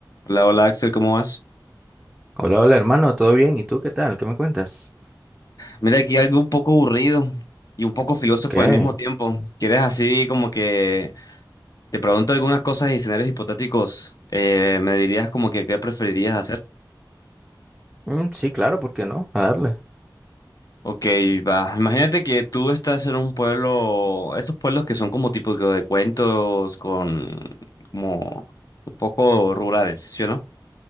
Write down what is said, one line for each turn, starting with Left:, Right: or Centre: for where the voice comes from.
Left: Hola, hola Axel, ¿cómo vas?
Centre: Hola, hola hermano, ¿todo bien? ¿Y tú qué tal? ¿Qué me cuentas?
Left: Mira, aquí algo un poco aburrido y un poco filósofo
Centre: ¿Qué?
Left: al mismo tiempo. ¿Quieres así como que te pregunto algunas cosas y escenarios hipotéticos? eh, ¿me dirías como que qué preferirías hacer?
Centre: Mm, sí, claro, ¿por qué no? A darle.
Left: Ok, va. Imagínate que tú estás en un pueblo, esos pueblos que son como tipo de cuentos con como un poco rurales, ¿sí o no?